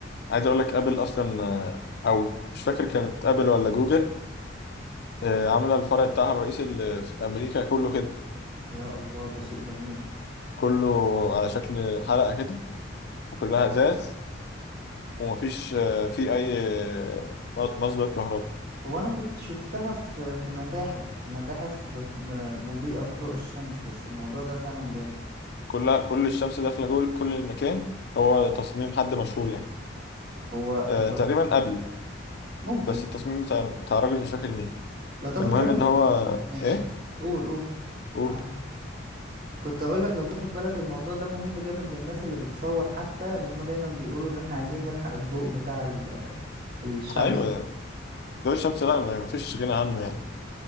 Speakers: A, on the left; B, on the right.
A: عايز اقول لك ابل اصلا آه، او مش فاكر كانت ابل ولا جوجل آه، عامله الفرع بتاعها الرئيسي اللي في امريكا كله كده
B: يا الله ده شيء جميل
A: كله على شكل حلقه كده وكلها ازاز ومفيش آه، فيه اي آه، مصدر كهرباء
B: هو انا كنت شفتها في في متاحف في متاحف بت- م- مضيئه بضوء الشمس بس الموضوع ده فعلا جامد
A: كل كل الشمس داخله جوه كل المكان هو تصميم حد مشهور يعني
B: هو
A: آه
B: انت لو
A: تقريبا قبل
B: ممكن
A: بس التصميم بتاع بتاع الراجل مش فاكر مين
B: لو تاخد
A: المهم
B: بالك
A: ان هو
B: ماشي
A: ايه
B: قول قول
A: قول
B: معاك كنت اقول لك لو تاخد بالك الموضوع ده مهم جامد للناس اللي بتصور حتى اللي هم دايما بيقولوا اللي احنا عايزين نلحق الضوء بتاع ال- الشمس
A: ايوه ضوء الشمس لا ما- مفيش غنى عنه يعني